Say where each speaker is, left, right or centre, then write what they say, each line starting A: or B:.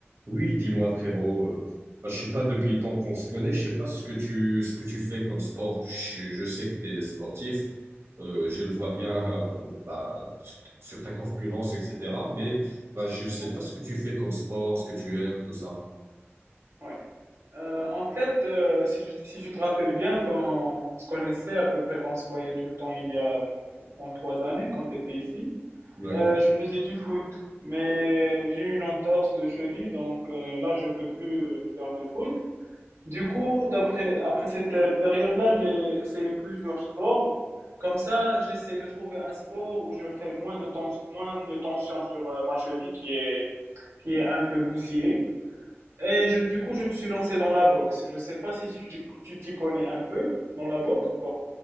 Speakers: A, on the right (about 70°); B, on the right (about 85°).
A: Oui, dis-moi frérot, euh, bah, je sais pas depuis le temps qu'on se connaît, je sais pas ce que tu ce que tu fais comme sport. Je, je sais que tu es sportif, euh, je le vois bien euh, bah, sur sur ta corpulence, etc. Mais bah, je sais
B: Ouais,
A: pas ce que tu fais comme sport, ce que tu aimes, tout ça.
B: ouais. Euh, en fait, euh, si je, si je te rappelle bien, quand on se connaissait à peu près, quand se voyait tout le temps il y a, je pense, trois années, quand tu étais ici,
A: Ouais.
B: euh, je faisais du foot, mais j'ai eu une entorse de cheville, donc euh, là, je peux plus euh, faire de foot. Du coup, d'après, après cette euh, période-là, j'ai essayé plusieurs sports. Comme ça, j'essaie de trouver un sport où je ferai moins de tens- moins de tension sur euh, ma cheville qui est, qui est un peu bousillée. Et je, du coup, je me suis lancé dans la boxe. Je sais pas si tu, tu t'y connais un peu dans la boxe ou pas.